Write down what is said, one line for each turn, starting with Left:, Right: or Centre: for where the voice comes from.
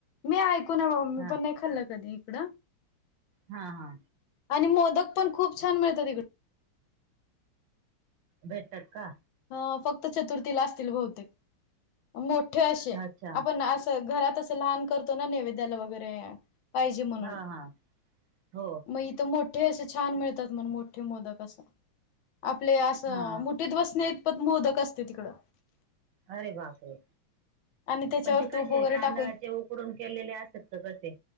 Left: मी ऐकून आहे बाबा मी
Right: हा
Left: पण नाही खाल्लं कधी इकड.
Right: हा हा.
Left: आणि मोदक पण खूप छान मिळतो तिकड.
Right: भेटतात का?
Left: हो फक्त चतुर्थीला असतील बहुतेक मोठे असे
Right: अच्छा
Left: आपण- घरात असं लहान करतो ना नैवेद्याला वगैरे, पाहिजे म्हणून
Right: हा हा हो
Left: मग इथ मोठ- मोठे असं छान म्हणे मिळतात मोठे मोदक अस आपले असं
Right: हा
Left: मुठीत बस- पद मोदक असतय तिकडं.
Right: अरे बापरे
Left: आणि त्याच्यावर
Right: पण ते कसे
Left: तूप वगैरे
Right: तांदळाचे
Left: टाकून
Right: उकडून केलेले असतात का कसे?